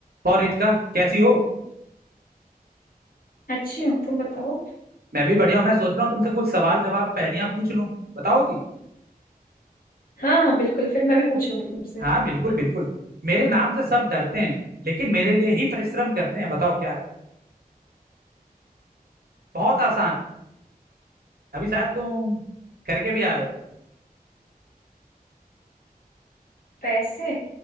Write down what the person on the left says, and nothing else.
अच्छी हो तुम बताओ
हाँ हाँ बिल्कुल फिर मैं भी पूछूंगी तुमसे
पैसे